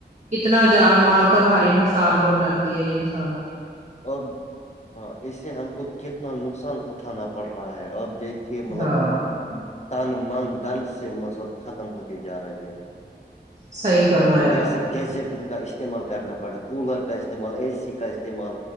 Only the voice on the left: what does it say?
اب ہاں اس سے ہم کو کتنا نقصان اٹھانا پڑ رہا ہے اب دیک کہ
مطلب
ہم تن من دن سے مطلب ختم ہوتے جا رہے ہیں
مطلب کیسے
گیزٹ کا استعمال کرنا پڑا کولر کا استعمال اے سی کا استعمال